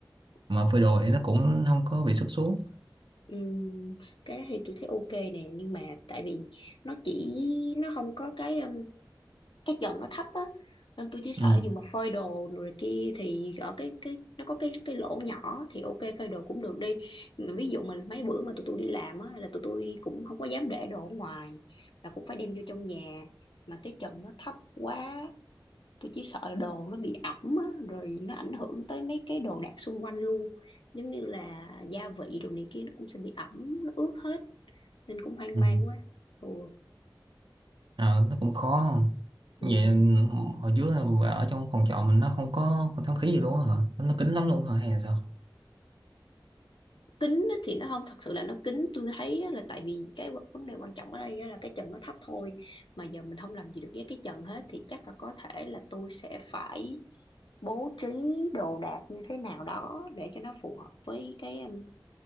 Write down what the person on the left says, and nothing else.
ờ,
Ừm, cái đó thì tôi thấy ok nè nhưng mà tại vì nó chỉ nó không có cái um, cái trần nó thấp á nên tôi chỉ sợ
dù mà phơi đồ rồi kia thì ở cái cái nó có cái cái lỗ nhỏ thì ok phơi đồ cũng được đi mà ví dụ mà mấy bữa mà tụi tôi đi làm á là tụi tôi cũng không có dám để đồ ở ngoài và cũng phải đem vô trong nhà mà cái trần nó thấp quá tôi chỉ sợ là đồ nó bị ẩm á, rồi nó ảnh hưởng tới mấy cái đồ đạc xung quanh luôn giống như là gia vị đồ này kia nó cũng sẽ bị ẩm nó ướt hết nên cũng hoang
mang quá ừ.
ừ.
kính thì nó không thật sự là nó kính tôi thấy á là tại vì cái vấn vấn đề quan trọng ở đây á là cái trần nó thấp thôi mà giờ mình không làm gì được với cái trần hết thì chắc là có thể là tôi sẽ phải bố trí đồ đạc như thế nào đó để cho nó phù hợp với cái um,